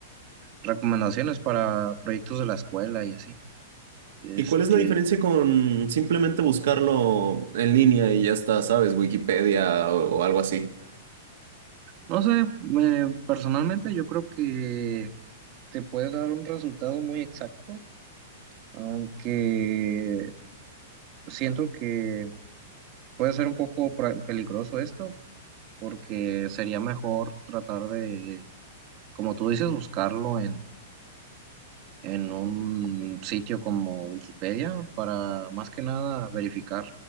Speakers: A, on the right; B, on the right.
A: recomendaciones para proyectos de la escuela y así. Este,
B: ¿Y cuál es la diferencia con simplemente buscarlo en línea y ya está, sabes, Wikipedia o, o algo así?
A: no sé, me- personalmente yo creo que te puede dar un resultado muy exacto, aunque siento que puede ser un poco pra- peligroso esto, porque sería mejor tratar de, como tú dices, buscarlo en, en un sitio como Wikipedia para más que nada verificar